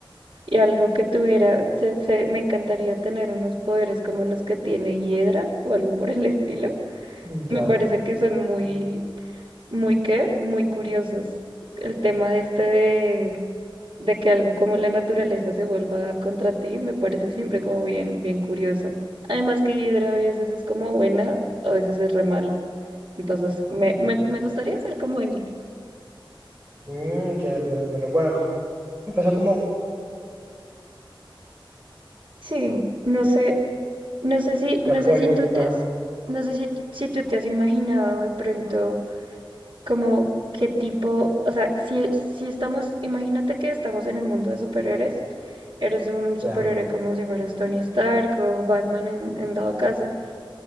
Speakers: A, on the right; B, on the right.
A: Y algo que tuviera, se- se- me encantaría tener unos poderes como los que tiene Hiedra o algo por el <laughs> estilo.
B: Mm,
A: Me
B: Ya,
A: parece que son muy muy qué, muy curiosos. El tema este de, de que algo como la naturaleza se vuelva contra ti me parece siempre como bien, bien curioso. Además que Hidra a veces es como buena, a veces es re mala. Entonces me, me, me gustaría ser como ella.
B: Mm, entiendo, entiendo, entiendo. Bueno, c- empezó como
A: Sí, no sé, no sé si,
B: que
A: no
B: apoya.
A: sé si tú
B: Ajá.
A: te has, no sé si, si tú te has imaginado de pronto. como qué tipo, o sea, si, si estamos, imagínate que estamos en el mundo de superhéroes, eres un superhéroe
B: ya.
A: como si fueras Tony Stark o Batman en, en dado caso,